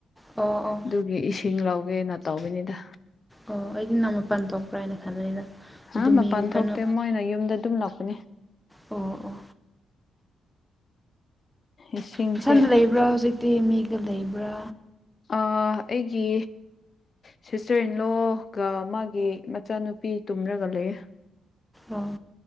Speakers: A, in the centre; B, on the left.
A: ꯑꯣ ꯑꯣ
B: ꯑꯗꯨꯒꯤ ꯏꯁꯤꯡ ꯂꯧꯒꯦꯅ ꯇꯧꯕꯅꯤꯗ
A: ꯑꯣ ꯑꯩꯗꯤ ꯅꯪ ꯃꯄꯥꯜ ꯊꯣꯛꯄ꯭ꯔꯥ ꯍꯥꯏꯅ ꯈꯟꯕꯅꯤꯗ
B: ꯍꯥ
A: ꯑꯗꯨ
B: ꯃꯄꯥꯟ
A: ꯃꯤ ꯀꯩꯅꯣ
B: ꯊꯣꯛꯇꯦ ꯃꯣꯏꯅ ꯌꯨꯝꯗ ꯗꯨꯝ ꯂꯥꯛꯄꯅꯦ
A: ꯑꯣ ꯑꯣ
B: ꯏꯁꯤꯡꯁꯦ
A: ꯅꯊꯟꯗ ꯂꯩꯕ꯭ꯔꯥ ꯍꯧꯖꯤꯛꯇꯤ ꯃꯤꯒ ꯂꯩꯕ꯭ꯔꯥ
B: ꯑꯥ ꯑꯩꯒꯤ ꯁꯤꯁꯇꯔ ꯏꯟꯂꯣꯒ ꯃꯥꯒꯤ ꯃꯆꯥꯅꯨꯄꯤ ꯇꯨꯝꯔꯒ ꯂꯩꯌꯦ
A: ꯑꯣ